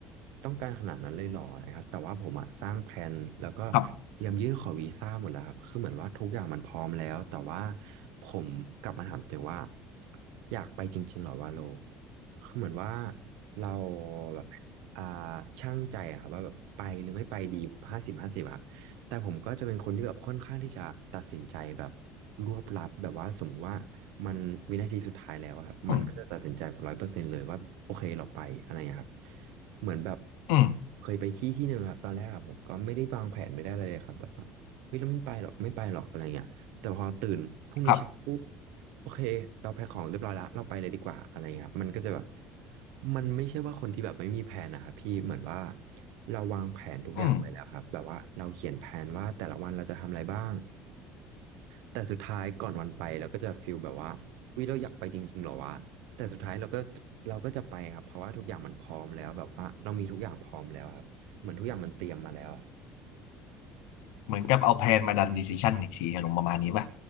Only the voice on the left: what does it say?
ครับ
อืม
อืม
ครับ
อืม
เหมือนกับเอาแพลนมาดันดีซิชันอีกทีอารมณ์ประมาณนี้ป่ะ